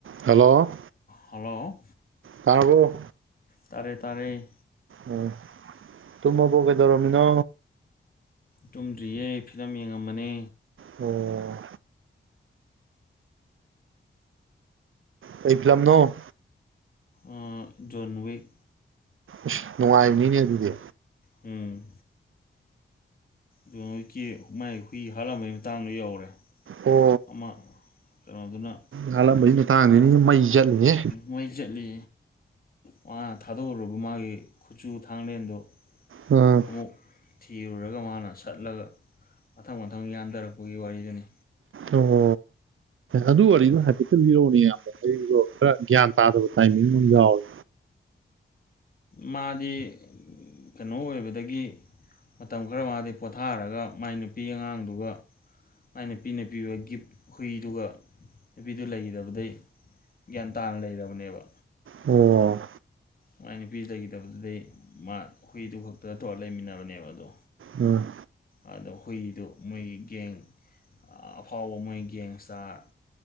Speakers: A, on the right (about 80°); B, on the left (about 45°).
A: Hello
B: hello
A: ꯇꯥꯔꯕꯣ
B: ꯇꯥꯔꯦ ꯇꯥꯔꯦ꯫
A: ꯎꯝ ꯇꯨꯝꯃꯕꯣ ꯀꯩꯗꯧꯔꯝꯃꯤꯅꯣ꯫
B: ꯇꯨꯝꯗ꯭ꯔꯤꯌꯦ ꯐꯤꯂꯝ ꯌꯦꯡꯉꯃꯅꯦ
A: ꯑꯣ ꯀꯩ ꯐꯤꯂꯝꯅꯣ
B: ꯑ ꯖꯣꯟꯋꯤꯛ꯫
A: ꯏꯁ ꯅꯨꯡꯉꯥꯏꯕꯅꯤꯅꯦ ꯑꯗꯨꯗꯤ꯫
B: ꯑꯝ ꯖꯣꯟ ꯋꯤꯛꯀꯤ ꯃꯥꯏ ꯍꯨꯏ ꯍꯥꯠꯂꯝꯕꯩ ꯃꯇꯥꯡꯗꯣ ꯌꯧꯔꯦ꯫
A: ꯑꯣ
B: ꯑꯃ ꯀꯩꯅꯣꯗꯨꯅ
A: ꯍꯥꯠꯂꯝꯕꯩ ꯃꯇꯥꯡꯗꯅꯤꯅꯦ ꯃꯩ ꯆꯠꯂꯤꯖꯦ꯫
B: ꯃꯩ ꯆꯠꯂꯤ ꯃꯥ ꯊꯥꯗꯣꯛꯑꯨꯔꯕ ꯃꯥꯒꯤ ꯈꯨꯆꯨ ꯊꯥꯡꯂꯦꯟꯗꯣ
A: ꯑꯥ
B: ꯑꯃꯨꯛ ꯊꯤꯔꯨꯔꯒ ꯃꯥꯅ ꯁꯠꯂꯒ ꯃꯊꯪ ꯃꯊꯪ ꯌꯥꯟꯊꯔꯛꯄꯒꯤ ꯋꯥꯔꯤꯗꯨꯅꯤ
A: ꯑꯣ ꯑꯗꯨ ꯑꯣꯏꯗꯣ ꯍꯥꯏꯐꯦꯠꯇ ꯂꯤꯔꯛꯑꯣꯅꯦ ꯌꯥꯝꯗꯣ ꯈꯔ ꯒ꯭ꯌꯥꯟ ꯇꯥꯗꯕ ꯇꯥꯏꯃꯤꯡ ꯑꯃ ꯌꯥꯎꯋꯦ
B: ꯃꯥꯗꯤ ꯀꯩꯅꯣ ꯑꯣꯏꯕꯗꯒꯤ ꯃꯇꯝ ꯈꯔ ꯃꯥꯗꯤ ꯄꯣꯊꯥꯔꯒ ꯃꯥꯏ ꯅꯨꯄꯤ ꯑꯉꯥꯡꯗꯨꯒ ꯃꯥꯏ ꯅꯨꯄꯤꯅ ꯄꯤꯕ ꯒꯤꯞ ꯍꯨꯏꯗꯨꯒ ꯅꯨꯄꯤꯗꯨ ꯂꯩꯗꯕꯗꯩ ꯒ꯭ꯌꯥꯟ ꯇꯥꯅ ꯂꯩꯔꯕꯅꯦꯕ꯫
A: ꯑꯣ
B: ꯃꯥꯏ ꯅꯨꯄꯤ ꯂꯩꯒꯤꯗꯕꯗꯨꯗꯩ ꯃꯥ ꯍꯨꯏꯗꯨ ꯈꯛꯇ ꯇꯧꯔ ꯂꯩꯃꯤꯟꯅꯕꯅꯦꯕ ꯑꯗꯣ
A: ꯎꯝ꯫
B: ꯑꯗꯣ ꯍꯨꯏꯗꯨ ꯃꯣꯏꯒꯤ ꯒꯦꯡ ꯑꯐꯥꯎꯕ ꯃꯣꯏ ꯒꯦꯡꯏꯁꯇꯥꯔ